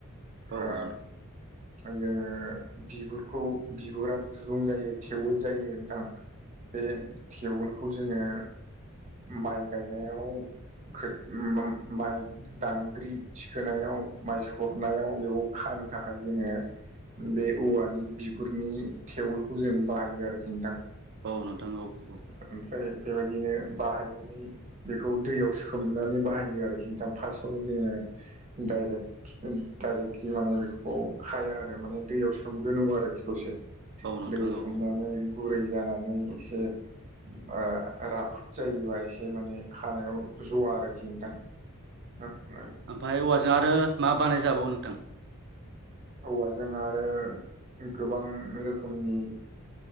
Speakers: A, on the right; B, on the right.
A: औ नोंथां औ नोंथां औ
B: अ
A: नोंथां औ नोंथां औ नोंथां औ नोंथां औ नोंथां औ
B: जोङो बिगुरखौ बिगुरा दुरुं जायो थेवोल जायो। थां बे थेवलखौ खौ जोङो माइ गायनायाव खो ओ माइ दांग्रि थिखोनायाव माइ सरनायाव बेखौ खानो थाखाय जोङो बे औवानि बिगुरनि थेवलखौ जों बाहायो आरोखि नोंथां।
A: औ नोंथां औ औ औ
B: ओमफ्राय बेबायदिनो बाहायनानै बेखौ दैयाव सोमनानै बाहायो आरोखि नोंथां। फार्स्टआव जोङोे डाइरेक्टलि माने बेफोरखौ खाया आरो। म दैयाव स्रोमग्रो नांगौ आरोखि दसे
A: नोंथां
B: दै सोमनानै ओ गुरै जानानै एसे ओ राफोद जायोबा एसे माने खानायाव जवा आरोखिनो नोंथां
A: ओमफाय औवाजों आरो मा बानाय जाबावो नोंथां
B: औवाजों आरो गोबां रोखोमनि